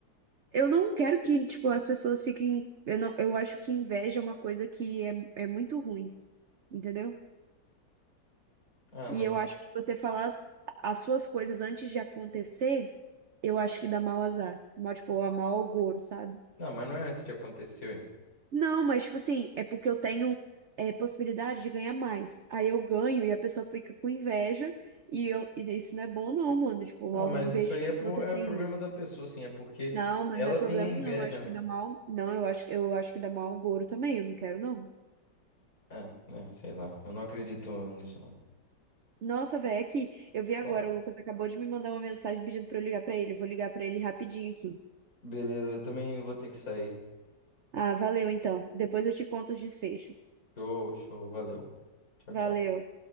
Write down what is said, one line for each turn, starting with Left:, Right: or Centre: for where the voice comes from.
Right: eu não quero que, tipo, as pessoas fiquem. Eu, não, eu acho que inveja é uma coisa que é, é muito ruim. entendeu?
Left: Ah,
Right: E
Left: mas.
Right: eu acho que você falar as suas coisas antes de acontecer, eu acho que dá mau azar. Mal, tipo, a mau agouro, sabe?
Left: Não, mas não é antes de acontecer.
Right: Não, mas, tipo assim, é porque eu tenho é, possibilidade de ganhar mais. Aí eu ganho e a pessoa fica com inveja e, eu, e isso não é bom, não, mano. Tipo,
Left: Ah,
Right: alguém
Left: mas
Right: inveja
Left: isso aí é,
Right: do
Left: por...
Right: que você
Left: é
Right: tem,
Left: problema
Right: mano.
Left: da pessoa, sim. É porque
Right: Não, mas
Left: ela
Right: não é problema,
Left: tem a inveja.
Right: não. Eu acho que dá mal. Não, eu acho, eu acho que dá mal agouro também. Eu não quero, não.
Left: Ah, é, sei lá. Eu não acredito nisso, não.
Right: Nossa, velho, é que eu vi agora,
Left: Bom,
Right: o Lucas acabou de me mandar uma mensagem pedindo pra eu ligar pra ele. Eu vou ligar pra ele rapidinho aqui.
Left: beleza. Eu também vou ter que sair.
Right: Ah, valeu então. Depois eu te conto os desfechos.
Left: Show, show. Valeu. Tchau, tchau.
Right: Valeu.